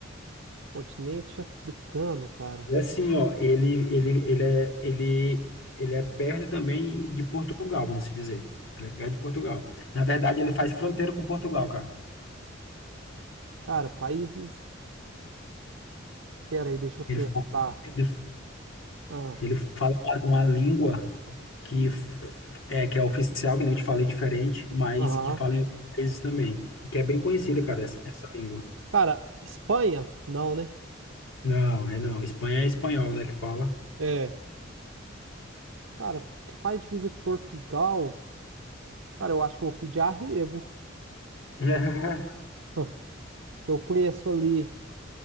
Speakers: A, on the right (about 80°); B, on the left (about 80°).
A: Continente africano, cara.
B: E assim, ó, ele, ele, ele é, ele, ele é perto também de Portugal, vamos dizer. Ele é perto de Portugal. Na verdade, ele faz fronteira com Portugal, cara.
A: Cara, países. Pera aí, deixa eu pensar.
B: Ele, fa- ele,
A: Ah,
B: ele fala uma língua que é, que é oficial, que nem eu te falei, diferente, mas
A: aham.
B: que fala em outros países também. Que é bem conhecida,
A: uhum.
B: cara, essa, essa língua.
A: Cara, Espanha? Não, né?
B: Não, é não. Espanha é espanhol, né, que fala.
A: É. Cara, o que faz divisa com Portugal? Cara, eu acho que eu vou pedir arrego.
B: <laughs>
A: <laughs> Que eu conheço ali.